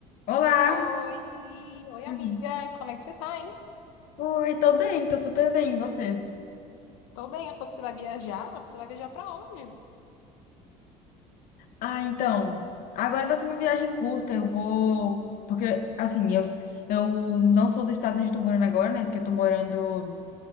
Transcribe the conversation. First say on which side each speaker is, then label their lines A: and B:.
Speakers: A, on the left (about 60°); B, on the left (about 85°).
A: Olá!
B: Oi, oi amiga,
A: Uhum.
B: como é que você tá, hein?
A: Oi, tô bem, tô super bem, e você?
B: Tô bem, eu soube que você vai viajar. Você vai viajar pra onde?
A: Ah, então, agora vai ser uma viagem curta, eu vou... Porque, assim, eu, eu não sou do estado onde eu tô morando agora, né? Porque eu tô morando